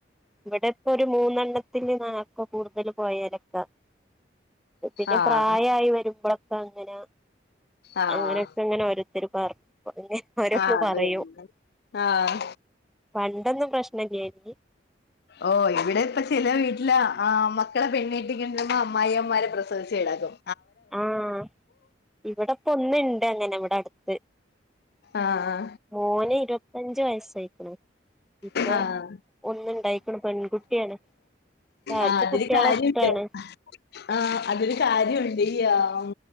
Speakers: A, in the centre; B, on the left.
A: ഇവിടെ ഇപ്പൊരു മൂന്നെണ്ണ ത്തിന് നാക്ക് കൂടുതൽ പോയരക്ക പിന്നെ
B: ആഹ്
A: പ്രായയി വരുമ്പ്ല പ്പ അങ്ങന
B: ആഹ്
A: അങ്ങനെക്കെ അങ്ങനെ ഓരുത്തർ പറഞ്ഞ് ഓരോന്ന്
B: ആഹ് അത്
A: പറയും.
B: തന്നെ ആഹ്
A: പണ്ടോന്നും പ്രശ്ന ഇല്ലായിന്..
B: ഓഹ് ഇവിടെ ഇപ്പച്ചില വീട്ടില ആമക്കളെ പെണ്ണീട്ടിക്കണ്ടമ്മ അമ്മായിമ്മരെ പ്രസവിച്ചിടക്കും
A: ആഹ് ഇവിടെപ്പൊ ഒന്നിണ്ട് അങ്ങനെ ഇവിടെ അടുത്ത്
B: ആഹ്
A: മോന് ഇരുപത്തഞ്ച് വയസായിക്ക്ണ് ഇപ്പൊ
B: ആഹ്
A: ഒന്ന്ണ്ടായിക്ണ് പെൺകുട്ടിയാണ് ആർക്ക്
B: ആഹ് അതില്
A: കുട്ടികളെ
B: കാര്യിണ്ട്
A: ഇഷ്ടാണ്
B: ആഹ് അതൊരു കാര്യുണ്ടില്ല്യോ ആം